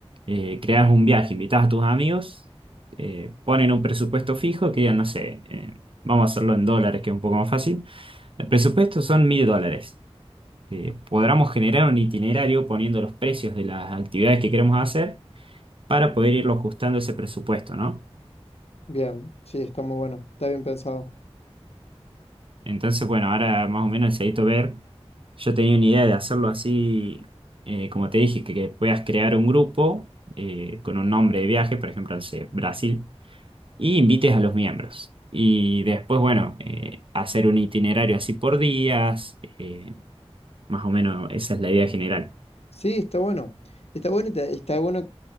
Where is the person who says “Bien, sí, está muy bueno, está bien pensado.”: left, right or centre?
Left